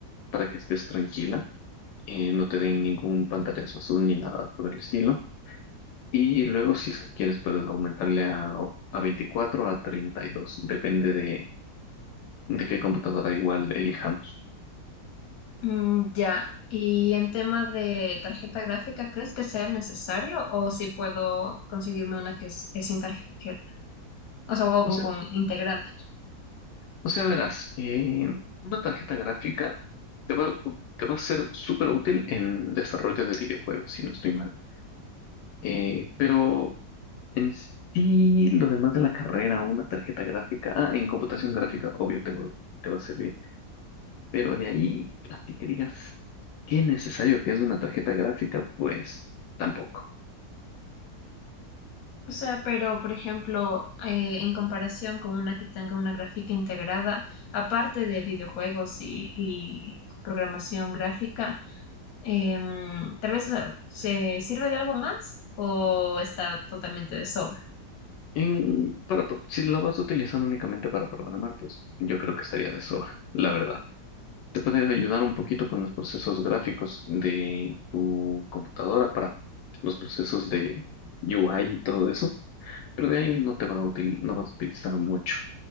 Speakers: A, on the left; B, on the left.
A: para que estés tranquila, eh, no te den ningún pantallazo azul ni nada por el estilo. Y luego, si es que quieres, puedes aumentarle a, a 24 a treinta y dos Depende de, de qué computadora igual elijamos.
B: Mm, ya, y en tema de tarjeta gráfica, ¿crees que sea necesario o si puedo conseguirme una que es, es sin tarjeta? O sea, o,
A: O sea,
B: o con integrado.
A: o sea, verás, eh, una tarjeta gráfica te va, te va a ser súper útil en desarrollo de videojuegos, si no estoy mal. Eh, pero en sí, lo demás de la carrera, una tarjeta gráfica, ah, en computación gráfica, obvio, te va, te va a servir. Pero de ahí, así que digas, qué necesario que es una tarjeta gráfica, pues tampoco.
B: O sea, pero por ejemplo, eh, en comparación con una que tenga una gráfica integrada, aparte de videojuegos y, y programación gráfica, em, tal vez o sea, se sirve de algo más o está totalmente de sobra.
A: En, para, pro- si lo vas a utilizar únicamente para programar, pues yo creo que estaría de sobra, la verdad. Te puede ayudar un poquito con los procesos gráficos de tu computadora para los procesos de UI y todo eso, pero de ahí no te va a util- no vas a utilizar mucho